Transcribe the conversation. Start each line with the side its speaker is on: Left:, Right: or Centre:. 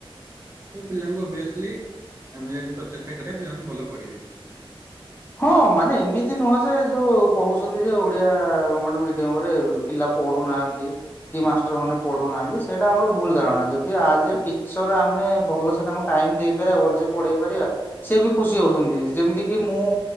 Right: ତ ପିଲାଙ୍କୁ ଓଭିଅସଲି ଆମେ ଯଦି ପ୍ରଚେଷ୍ଟା କରିବା ପିଲାମାନେ ଭଲ ପଢ଼ିବେ।
Left: ହଁ ମାନେ ଏମିତି ନୁହଁ ଯେ ଯୋଉ କହୁଛନ୍ତି ଯେ ଓଡିଆ ଗମେଣ୍ଟ ମିଡିୟମ ରେ ପିଲା ପଢୁନାହାନ୍ତି। କି ମାଷ୍ଟର ମାନେ ପଢଉନାହାନ୍ତି ସେଇଟା ଆମର ଭୁଲ ଧାରଣା ଯଦି ଆଜ ଏ ଟିଚର ଆମେ ଭଲସେ ତାଙ୍କ ଟାଇମ ଦେଇପାରିବା ଭଲସେ ପଢେଇ ପାରିବା ସେ ବି ଖୁସି ହଉଛନ୍ତି ଯେମିତି କି ମୁଁ